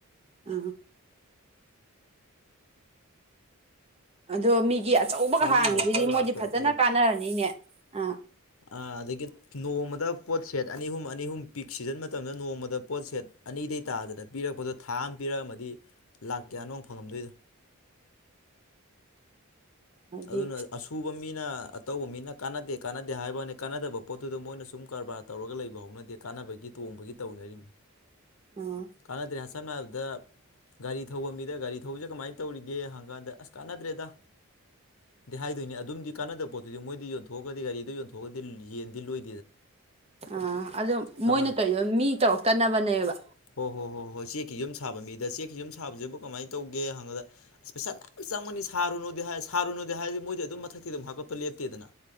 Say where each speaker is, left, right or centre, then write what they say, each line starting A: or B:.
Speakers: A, on the right; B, on the left.
A: ꯑ ꯑꯗꯣ ꯃꯤꯒꯤ ꯑꯆꯧꯕꯒ
B: ꯆꯍꯤ
A: ꯍꯥꯡꯗꯨꯗꯤ
B: ꯑꯃꯗ ꯂꯨꯄꯥ
A: ꯃꯣꯏꯗꯤ
B: ꯂꯥꯛ ꯇꯔꯨꯛ
A: ꯐꯖꯅ ꯀꯥꯟꯅꯔꯅꯤꯅꯦ ꯑ
B: ꯑꯥ ꯑꯗꯒꯤ ꯅꯣꯡꯃꯗ ꯄꯣꯠꯁꯦꯠ ꯑꯅꯤ ꯑꯍꯨꯝ ꯑꯅꯤ ꯑꯍꯨꯝ ꯄꯤꯛ ꯁꯤꯖꯟ ꯃꯇꯝꯗ ꯅꯣꯡꯃꯗ ꯄꯣꯠꯁꯦꯠ ꯑꯅꯤꯗ ꯇꯥꯗꯅ ꯄꯤꯔꯛꯄꯗꯣ ꯊꯥ ꯑꯃ ꯄꯤꯔꯛꯑꯝꯃꯗꯤ ꯂꯥꯛ ꯀꯌꯥꯅꯣ ꯐꯪꯉꯝꯗꯣꯏꯅꯣ
A: ꯑꯗꯨꯗꯤ
B: ꯑꯗꯨꯅ ꯁꯨꯕ ꯃꯤꯅ ꯑꯇꯧꯕ ꯃꯤꯅ ꯀꯥꯟꯅꯗꯦ ꯀꯥꯟꯅꯗꯦ ꯍꯥꯏꯕꯅꯤ ꯀꯥꯟꯅꯗꯕ ꯄꯣꯠꯇꯨꯗ ꯃꯣꯏꯅ ꯁꯨꯝ ꯀꯔꯕꯥꯔ ꯇꯧꯔꯒ ꯂꯩꯕ ꯍꯧꯅꯗꯦ ꯀꯥꯟꯅꯕꯒꯤ ꯇꯣꯡꯕꯒꯤ ꯇꯧꯅꯔꯤꯃꯤ
A: ꯎꯝ
B: ꯀꯥꯟꯅꯗ꯭ꯔꯦ ꯁꯝꯅ ꯍꯥꯏꯔꯕꯗ ꯒꯥꯔꯤ ꯊꯧꯕ ꯃꯤꯗ ꯒꯥꯔꯤ ꯊꯧꯕꯁꯦ ꯀꯃꯥꯏꯅ ꯇꯧꯔꯤꯒꯦ ꯍꯪ ꯀꯥꯟꯗ ꯑꯁ ꯀꯥꯟꯅꯗ꯭ꯔꯦꯗ ꯍꯥꯏꯗꯣꯏꯅꯤ ꯑꯗꯨꯝꯒꯤ ꯀꯥꯟꯅꯗꯕ ꯄꯣꯠꯇꯨꯗꯤ ꯃꯣꯏꯗꯤ ꯌꯣꯟꯊꯣꯛꯑꯒꯗꯤ ꯒꯥꯔꯤꯗꯣ ꯌꯣꯟꯊꯣꯛꯑꯒꯗꯤ ꯌꯦꯟꯗꯤ ꯂꯣꯏ
A: ꯑ ꯑꯗꯨ
B: ꯆꯞ
A: ꯃꯣꯏꯅ ꯀꯩꯗ ꯃꯤ ꯇꯧꯔꯛꯇꯅꯕꯅꯦꯕ
B: ꯍꯣꯏ ꯍꯣꯏ ꯍꯣꯏ ꯍꯣꯏ ꯆꯦꯛꯀꯤ ꯌꯨꯝ ꯁꯥꯕ ꯃꯤꯗ ꯆꯦꯛꯀꯤ ꯌꯨꯝ ꯁꯥꯕꯁꯤꯕꯨ ꯀꯃꯥꯏꯅ ꯇꯧꯒꯦ ꯍꯪꯉꯗ ꯑꯁ ꯄꯩꯁꯥ ꯃꯌꯥꯝ ꯆꯪꯃꯅꯤ ꯁꯥꯔꯨꯅꯨꯗꯤ ꯍꯥꯏ ꯁꯥꯔꯨꯅꯨꯗꯤ ꯍꯥꯏꯔꯗꯤ ꯃꯣꯏꯗꯤ ꯑꯗꯨꯝ ꯃꯊꯛꯀꯤ ꯑꯗꯨꯝ ꯍꯥꯞꯀꯠꯄ ꯂꯦꯞꯇꯦꯗꯅ